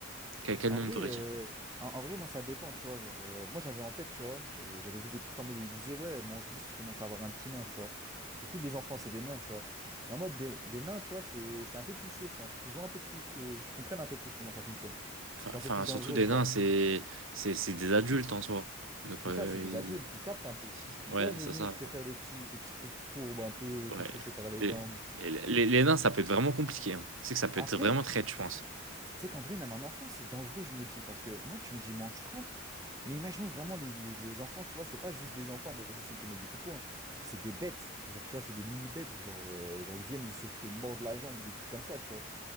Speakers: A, on the right; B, on the right.
A: Quel, quel
B: En
A: nombre
B: vrai,
A: t'aurais
B: euh,
A: dit?
B: en, en vrai, moi, ça dépend, tu vois. Genre, euh, moi, j'avais en tête, tu vois, j'avais j'avais vu des trucs en mode où ils disaient, ouais, mange 10 tu commences à avoir un petit nain, tu vois. C'est plus des enfants, c'est des nains, tu vois. Mais en mode, des, des nains, tu vois, c'est c'est un peu plus chaud, je pense, parce qu'ils ont un peu plus, euh, comprennent un peu plus comment ça fonctionne.
A: Enfin,
B: Ils sont
A: enfin,
B: un peu plus dangereux,
A: surtout des
B: tu
A: nains,
B: vois.
A: c'est c'est c'est des adultes en soi. Donc,
B: C'est
A: euh,
B: ça, c'est des
A: ils-
B: adultes, ils captent un peu. Ils
A: ouais,
B: peuvent venir
A: c'est ça. Enfin,
B: te faire des petits, des petits trucs fourbes, un peu
A: ouais.
B: te choper par les
A: Les,
B: jambes.
A: les, les- les nains, ça peut être vraiment compliqué. hein. C'est que ça peut
B: Après,
A: être vraiment traite, je pense.
B: Tu sais qu'en vrai, même un enfant, c'est dangereux, je me dis, parce que moi, tu me dis mange 30 mais imaginons vraiment les, les- les enfants, tu vois, c'est pas juste des enfants, on m'a dit mode ils te mettent des coups de poing, hein. c'est des bêtes, genre, tu vois, c'est des mini-bêtes, genre, euh, genre, ils viennent, ils essaient de te mordre la jambe ou des trucs comme ça, tu vois.